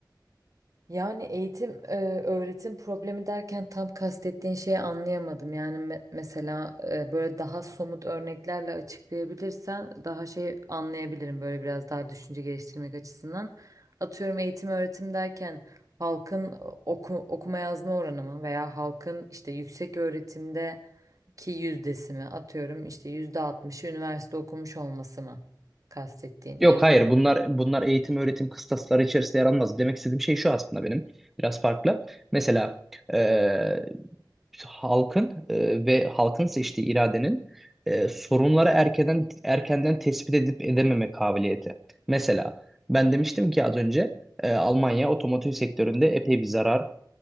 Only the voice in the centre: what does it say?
Yok hayır bunlar bunlar eğitim öğretim kıstasları içerisinde yer almaz. Demek istediğim şey şu aslında benim biraz farklı. Mesela e, halkın e, ve halkın seçtiği iradenin e, sorunları erkenden erkenden tespit edip edememe kabiliyeti. Mesela ben demiştim ki az önce e, Almanya otomotiv sektöründe epey bir zarara